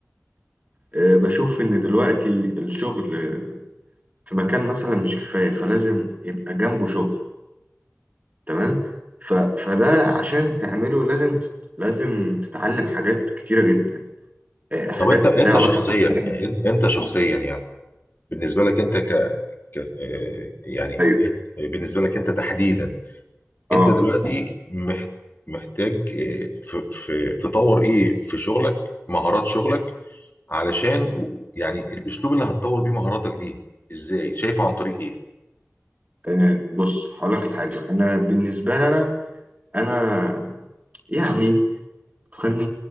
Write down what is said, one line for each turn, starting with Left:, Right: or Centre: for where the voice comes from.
Right: آه، بشوف ان دلوقتي الشغل آه، في مكان مثلا مش كفايه فلازم يبقى جنبه شغل تمام ف فده عشان تعمله لازم تت- لازم تتعلم حاجات كتيره جدا آه، حاجات
Left: طب انت انت
Right: ليها علاقه
Left: شخصيا
Right: <laughs>
Left: انت انت شخصيا يعني بالنسبه لك انت ك... ك... آه، يعني
Right: ايوه
Left: بالنسبه لك انت تحديدا
Right: اه
Left: انت دلوقتي مح- محتاج آه، في في- تطور ايه في شغلك مهارات شغلك علشان يعني الاسلوب اللي هتطور بيه مهاراتك دي ازاي شايفه عن طريق ايه
Right: آه، بص هقول لك على حاجه انا بالنسبه لي انا انا يعني كان